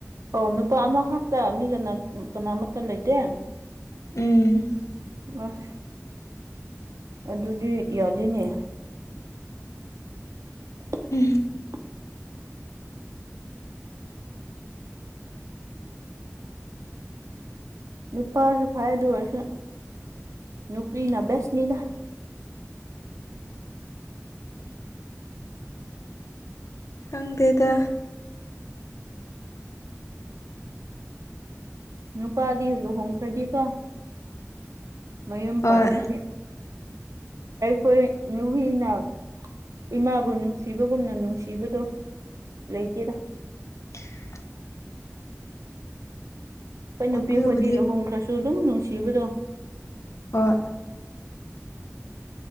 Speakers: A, on the right (about 80°); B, on the left (about 70°).
A: ꯑꯣ ꯅꯨꯄꯥ ꯑꯃꯈꯥꯛꯇ ꯃꯤ ꯀꯅꯥ ꯀꯅꯥ ꯃꯠꯇ ꯂꯩꯇꯦ
B: ꯎꯝ
A: ꯑꯁ ꯑꯗꯨꯗꯤ ꯌꯥꯗꯦꯅꯦ <inaudible>
B: ꯎꯝ
A: ꯅꯨꯄꯥꯁꯨ ꯐꯥꯏ ꯑꯗꯨ ꯑꯣꯏꯔꯁꯨ ꯅꯨꯄꯤꯅ ꯕꯦꯁꯅꯤꯗ
B: ꯈꯪꯗꯦꯗ
A: ꯅꯨꯄꯥꯗꯤ ꯂꯨꯍꯣꯡꯈ꯭ꯔꯗꯤꯀꯣ ꯃꯌꯨꯝ
B: ꯍꯣꯏ
A: ꯄꯥꯟꯈ꯭ꯔꯗꯤ ꯑꯈꯣꯏ ꯅꯨꯨꯄꯤꯅ ꯏꯃꯥꯕꯨ ꯅꯨꯡꯁꯤꯕꯒꯨꯝꯅ ꯅꯨꯡꯁꯤꯕꯗꯣ ꯂꯩꯇꯦꯗꯥ
B: <inaudible>
A: ꯈꯣꯏ ꯅꯨꯄꯤ
B: ꯑꯗꯨꯕꯨꯗꯤ
A: ꯑꯈꯣꯏꯗꯤ ꯂꯨꯍꯣꯡꯈ꯭ꯔꯁꯨ ꯑꯗꯨꯝ ꯅꯨꯡꯁꯤꯕꯗꯣ
B: ꯍꯣꯏ